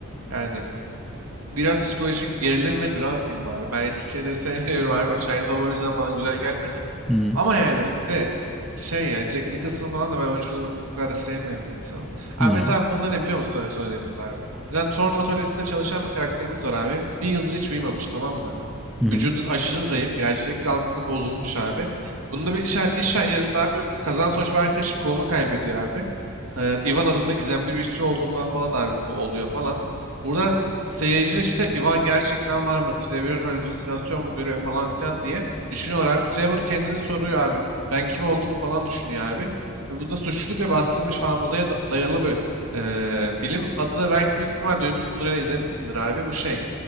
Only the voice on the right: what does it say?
Yani Biraz psikolojik gerilim ve dram filmi abi. Ben eski şeyleri <laughs> sevmiyorum abi. O Çayatova o yüzden bana güzel gelmedi.
Ama yani bir de şey ya Jack Nicholson falan da ben oyuncunu o kadar da sevmeyen bir insanım. Abi
mesela bunlar ne biliyor musun? Sana Son önerim de abi. Bizden torna atölyesinde çalışan bir karakterimiz var abi. Bir yıldır hiç uyumamış tamam mı?
Vücudu aşırı zayıf. Gerçeklik algısı bozulmuş abi. Bunda bir iş, iş yerinden bir kazan sonucu bir arkadaşı kolunu kaybediyor abi. Ee, Ivan adında gizemli bir işçi olduğundan falan abi bu oluyor falan. Burada Seyirci işte Ivan gerçekten var mı? Trevor halüsinasyon mu görüyor falan filan diye düşünüyorlar abi. Trevor kendini soruyor abi. Ben kim olduğumu falan düşünüyor abi. E, Bu da suçluluk ve bastırılmış hafızaya da- dayalı bir e, film. Adı da belki büyük ihtimal duymuşsundur ya da izlemişsindir abi. Bu şey